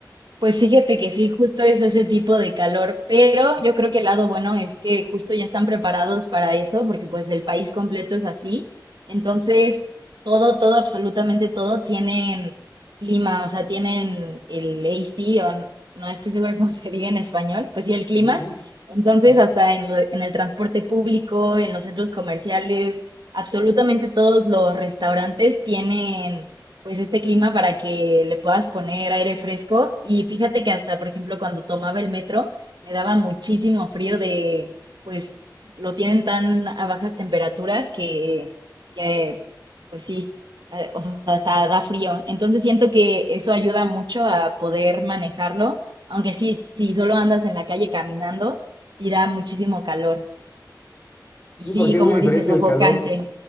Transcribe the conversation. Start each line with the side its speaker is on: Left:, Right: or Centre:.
Right: Pues fíjate que sí, justo es ese tipo de calor, pero yo creo que el lado bueno es que justo ya están preparados para eso, porque pues el país completo es así. Entonces, todo, todo, absolutamente todo tienen clima, o sea, tienen el AC, o n- no estoy segura cómo <laughs> se diga en español, pues sí, el clima.
Left: Ujú, ujú,
Right: Entonces,
Left: ujú.
Right: hasta en, lo- en el transporte público, en los centros comerciales, absolutamente todos los restaurantes tienen pues este clima para que le puedas poner aire fresco. Y fíjate que hasta, por ejemplo, cuando tomaba el metro, me daba muchísimo frío de, pues lo tienen tan a bajas temperaturas que, que pues sí, eh, o sea, hasta da frío. Entonces siento que eso ayuda mucho a poder manejarlo, aunque sí, si solo andas en la calle caminando, sí da muchísimo calor. Y
Left: Sí,
Right: sí,
Left: porque
Right: como
Left: es muy diferente
Right: dices, sofocante.
Left: el calor,